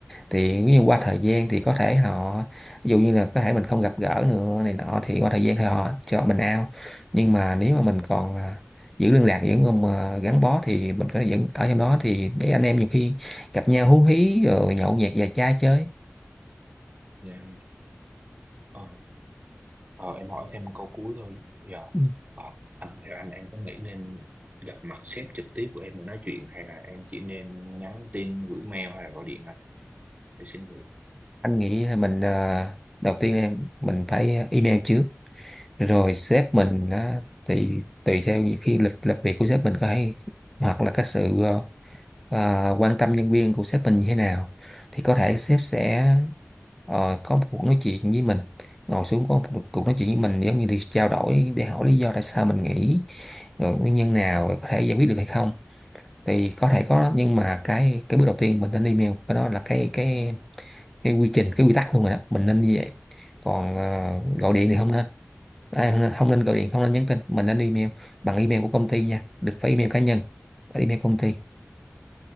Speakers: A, in the centre; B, on the right.
A: thì nếu như qua thời gian thì có thể họ ví dụ như là có thể mình không gặp gỡ nữa này nọ thì qua thời gian thì họ cho mình ao nhưng mà nếu mà mình còn à, giữ liên lạc vẫn còn mà gắn bó thì mình có thể vẫn ở trong đó thì để anh em nhiều khi gặp nhau hú hí rồi nhậu nhẹt và chai chơi
B: dạ ờ, ờ, em hỏi thêm câu cuối thôi dạ
A: Ừ.
B: ờ, anh theo anh em có nghĩ nên gặp mặt sếp trực tiếp của em để nói chuyện hay là em chỉ nên nhắn tin gửi mail hay là gọi điện anh để xin nghỉ
A: anh nghĩ là mình à, đầu tiên là em mình phải email trước rồi sếp mình á, thì tùy theo những khi lịch làm việc của sếp mình có hay hoặc là cái sự ờ, à, quan tâm nhân viên của sếp mình như thế nào thì có thể sếp sẽ ờ, có một cuộc nói chuyện với mình ngồi xuống có một cuộc nói chuyện với mình giống như đi trao đổi để hỏi lý do tại sao mình nghỉ rồi nguyên nhân nào rồi có thể giải quyết được hay không thì có thể có nhưng mà cái cái bước đầu tiên mình nên email cái đó là cái cái cái quy trình cái quy tắc luôn rồi đó mình nên như vậy còn ờ, gọi điện thì không nên À, không nên gọi điện không nên nhắn tin mình nên email bằng email của công ty nha đừng phải email cá nhân phải email công ty